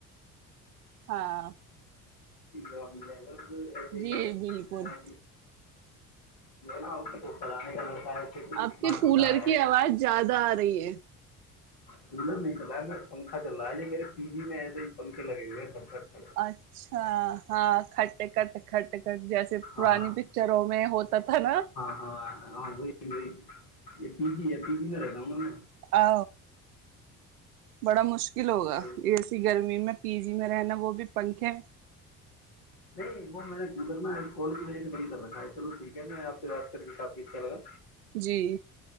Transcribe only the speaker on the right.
ہاں
جی
بالکل
آپ کے
کولر
کی آواز زیادہ آ رہی ہے
اچھا ہاں کھٹ کٹ کھٹ کٹ جیسے
پرانی پکچروں میں ہوتا تھا نا
ا بڑا مشکل ہوگا
اے سی گرمی میں پی جی میں رہنا وہ بھی پنکھے
جی